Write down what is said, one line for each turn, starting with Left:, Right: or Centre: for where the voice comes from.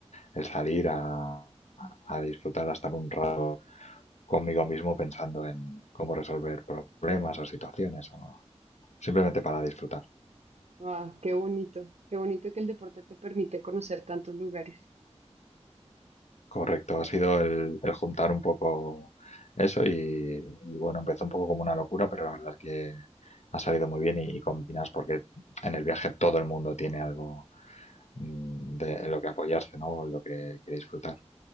Left: el salir a, a disfrutar, a estar un rato conmigo mismo pensando en cómo resolver problemas o situaciones o simplemente para disfrutar.
Right: Wow, qué bonito. Qué bonito que el deporte te permite conocer tantos lugares.
Left: Correcto, ha sido el, el juntar un poco eso y, y, bueno, empezó un poco como una locura, pero la verdad es que ha salido muy bien y, y combinas porque en el viaje todo el mundo tiene algo mm, de, en lo que apoyarse, ¿no? O en lo que, que disfrutar.